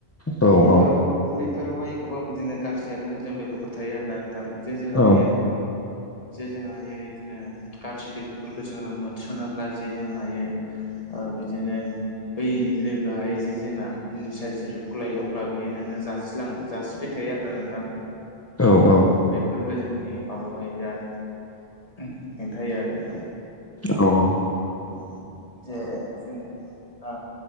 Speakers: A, on the left; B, on the left.
A: औ
B: बेफोराव
A: औ।
B: बेफोरावहाय गोबां बिदिनो गाज्रि आरो मोजां लोगोफोर थायो आरो ना नोंथां। जे जोंहा
A: औ
B: हायो जे जोंहाहायो इदिनो गाज्रि लोगोफोरखौ जोङो मोनस'नोब्ला जे जों हायो ओ बिदिनो बै लोगोहाय जे जोंना निसा जिरादखौ लायो अब्ला बेयो नोंनो जा सिलां जासिबाय थायो आरो ना नोंथां।
A: औ औ
B: ओ बेफोरबो जोंनि माबायावहाय बिराद हेंथा होयो आरो नोंथां।
A: औ औ।
B: औ जे जोङो आ